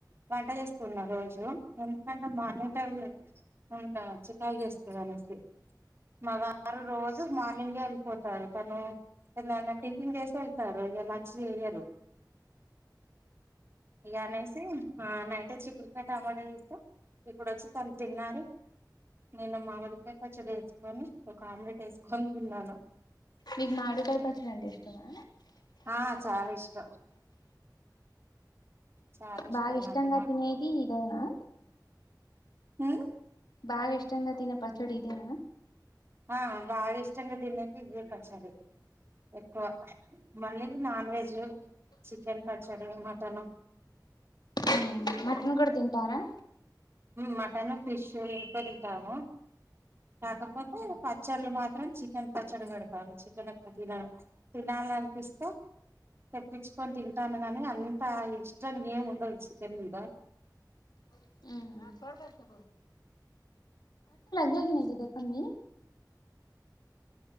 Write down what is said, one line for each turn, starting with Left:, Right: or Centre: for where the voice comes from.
Right: వ ట చేస్తున్న రోజు ఎందుకంటే మార్నింగ్ టైమ్లో ఉన్న చికా చేస్తదనేసి మా వారూ రోజు మార్నింగే వెళ్ళిపోతారు తను తను ఎవన్న టిఫిన్ చేస్ ఎళ్తారు ఇగ లంచ్ జేయరు ఇగ అనేసి ఆ నైటు చికె ఇ టమట చేస్తా ఇప్పుడు వచ్చి తను తిన్నారు నేను మామిడికాయ పచ్చడి ఎసుకొని ఒక ఆమ్లెట్ వేసుకొని తిన్నాను
Left: మీకు మావిడికాయ పచ్చడి అంటే ఇష్టమా
Right: ఆ చాలా ఇష్టం చాలా ఇష్టం
Left: బాగా ఇష్టంగా
Right: నాకు
Left: తినేది ఇదేనా
Right: హ్మ్
Left: బాగా ఇష్టంగా తినే పచ్చడి ఇదేనా
Right: ఆ బాగా ఇష్టంగా తినేది ఇదే పచ్చడి ఎక్కువ మళ్ళీ నాన్ వెజ్ చికెన్ పచ్చడి మటన్
Left: హ్ మటన్ కూడా తింటారా
Right: మటను ఫిష్ ఎక్కవతింటాం కాకపోతే పచ్చళ్ళు మాత్రం చికెన్ పచ్చడి పెడతాను చికెన్ ఏప్పుడు తినాలి తినాలి అనిపిస్తే తెప్పించుకొని తింటాను గాని అంత ఇష్టం ఏం ఉండదు చికెన్ మీద
Left: హ్ కట్ట గ క న కద క మీ